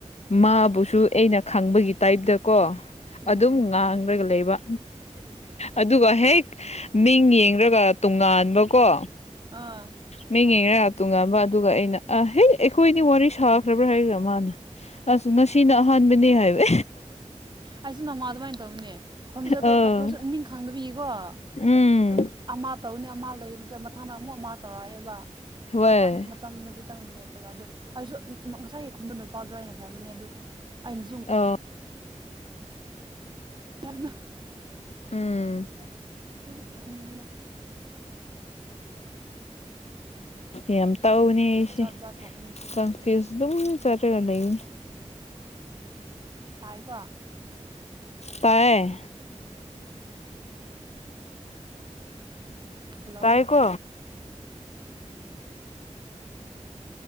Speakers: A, on the left (about 60°); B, on the right (about 35°).
A: ꯃꯥꯕꯨꯁꯨ ꯑꯩꯅ ꯈꯪꯕꯒꯤ ꯇꯥꯏꯞꯇꯀꯣ
B: ꯎꯝ
A: ꯑꯗꯨꯝ
B: ꯎꯝ
A: ꯉꯥꯡꯔꯒ ꯂꯩꯕ ꯑꯗꯨꯒ ꯍꯦꯛ ꯃꯤꯡ ꯌꯦꯡꯔꯒ ꯇꯣꯉꯥꯟꯕꯀꯣ
B: ꯑꯥ
A: ꯃꯤꯡꯌꯦꯡꯔꯒ ꯇꯨꯉꯥꯟꯕ ꯑꯗꯨꯒ ꯑꯩꯅ ꯑꯥ ꯍꯦ ꯑꯩꯈꯣꯏꯅꯤ ꯋꯥꯔꯤ ꯁꯥꯈ꯭ꯔꯕ꯭ꯔꯥ ꯍꯥꯏꯒ꯭ꯔꯥ ꯃꯥꯅ ꯑꯁ ꯉꯁꯤꯅ ꯑꯍꯥꯟꯕꯅꯦ ꯍꯥꯏꯋꯦ
B: ꯑꯩꯁꯨ ꯅꯣꯡꯃ ꯑꯗꯨꯃꯥꯏꯟ ꯇꯧꯕꯅꯦ ꯈꯣꯟꯖꯦꯜꯗꯣ
A: ꯑ
B: ꯑꯩꯈꯣꯏꯁꯨ ꯃꯤꯡ ꯈꯪꯗꯕꯒꯤꯀꯣ
A: ꯎꯝ
B: ꯑꯗꯨꯝ ꯑꯃ ꯇꯧꯅꯤ ꯑꯃ ꯂꯩꯕꯗ ꯃꯊꯪꯗ ꯑꯃꯨꯛ ꯃꯥ ꯇꯧꯔꯛꯑꯦꯕ
A: ꯍꯣꯏ
B: ꯈꯤꯇꯪ ꯇꯝꯗꯣ ꯈꯤꯇꯪ ꯂꯦꯞꯄꯒ ꯑꯗꯨ ꯑꯩꯁꯨ ꯉꯁꯥꯏꯒꯤ ꯈꯨꯝꯕ ꯅꯨꯄꯥꯗꯨꯔ ꯍꯥꯏꯅ ꯈꯟꯕꯅꯦ ꯑꯗꯨ ꯑꯩꯅꯁꯨ
A: ꯑꯥ
B: ꯌꯥꯝꯅ
A: ꯎꯝ
B: <unintelligible>
A: ꯌꯥꯝ ꯇꯧꯅꯤ ꯑꯩꯁꯦ
B: ꯖꯥꯠ ꯖꯥꯠ ꯊꯣꯛꯄꯅꯦ ꯁꯤꯁꯨ
A: ꯀꯟꯐꯨꯏꯁ ꯑꯗꯨꯝ ꯆꯠꯔꯒ ꯂꯩꯕꯅꯤ
B: ꯇꯥꯏꯀꯣ
A: ꯇꯥꯏꯌꯦ
B: ꯍꯜꯂꯣ
A: ꯇꯥꯔꯦꯀꯣ